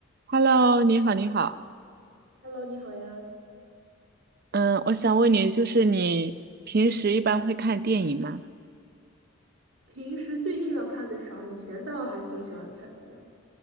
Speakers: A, on the right (about 50°); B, on the right (about 75°).
A: Hello，你好，你好，
B: Hello，你好呀。
A: 嗯，我想问你，就是你平时一般会看电影吗？
B: 平时最近倒看的少，以前倒还挺喜欢看的。